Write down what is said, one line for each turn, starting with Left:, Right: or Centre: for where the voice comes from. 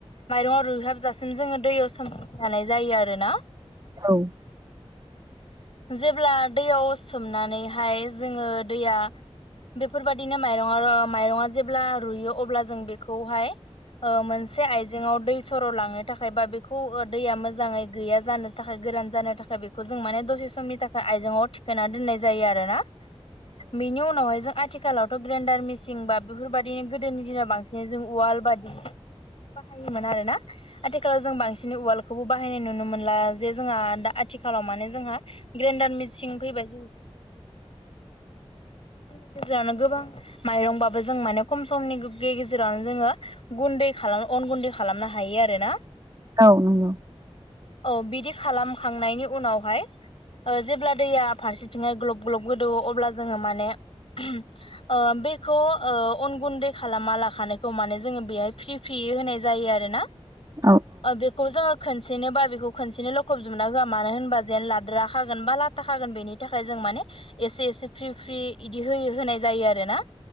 Left: माइरङा रुइहाबजासिम जोङो दैयाव <unintelligible> लानाय जायो आरो ना।
Right: औ
Left: <inaudible> जेब्ला दैयाव सोमनानैहाय जोंङो दैया बेफोरबायदिनो माइरङा- माइरङा जेब्ला रुयो अब्ला जों बेखौहाय मोनसे आइजेंङाव दै सर' लांनो थाखाय बा बेखौ दैया मोजाङै गैया जानो थाखाय गोरान जानो थाखाय बे जों माने दसे समनि थाखाय आइजेंआव थिखोना दोननाय जायो आरोना। बिनि उनावहाय जों आथिखालावथ' ग्रेन्डार मिसिन बा बेफोरबायदिनो गोदोनि दिनाव बांसिन जों उवाल बादि बे बाहायोमोन आरोना। आथिखालाव जों बांसिनै उवालखौबो बाहायनाय नुनो मोनला जे जोंहा दा आथिखालाव माने जोंहा ग्रेन्डार मिसिं फैबाय जों नि गेजेरावनो गोबां माइरंबाबो जों माने खम समनि गेजेरावनो जोङो गुन्दै खालाम अन गुन्दै खालामनो हायो आरोना।
Right: औ नंगौ
Left: औ बिदि खालामखांनायनि उनावहाय जेब्ला दैया फारसेथिंयाय ग्लब ग्लब गोदौ अब्ला जोंङो माने आ बेखौ ओ अन गुन्दै खालामा लाखानायखौ माने जोङो बेहाय फ्रि फ्रियै होनाय जायो आरोना।
Right: औ
Left: ओ बिग खौ जोंङो खनसेनो बा बेखौ खनसेनो लखबजोबना होआ मानो होनबा जेन लाद्राखागोन बा ला थाखागोन बेनि थाखाय जों माने एसे एसे फ्रि फ्रि बिदि होयो होनाय जायो आरोना।